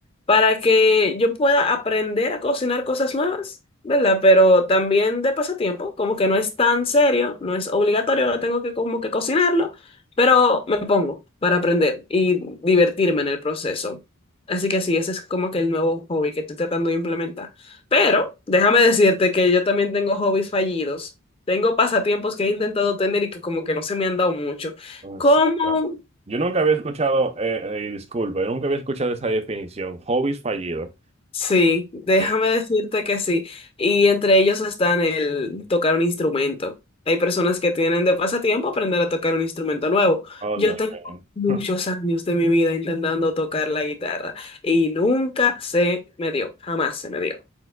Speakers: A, on the left; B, on the right.
A: para que yo pueda aprender a cocinar cosas nuevas, ¿verdad? Pero también de pasatiempo, como que no es tan serio, no es obligatorio, ahora tengo que como que cocinarlo pero me pongo para aprender y divertirme en el proceso. Así que sí, ese es como que el nuevo hobby que estoy tratando de implementar. Pero déjame decirte que yo también tengo hobbies fallidos. Tengo pasatiempos que he intentado tener y que como que no se me han dado mucho.
B: Entonces,
A: Como
B: yo yo nunca había escuchado, eh, eh, disculpa, yo nunca había escuchado esa definición, hobbies fallidos.
A: Sí, déjame
B: Sí.
A: decirte que sí. Y entre ellos están el tocar un instrumento. Hay personas que tienen de pasatiempo aprender a tocar un instrumento nuevo.
B: Oh,
A: Yo
B: Dios
A: tengo
B: mío.
A: muchos
B: <laughs>
A: años de mi vida intentando tocar la guitarra y nunca se me dio, jamás se me dio.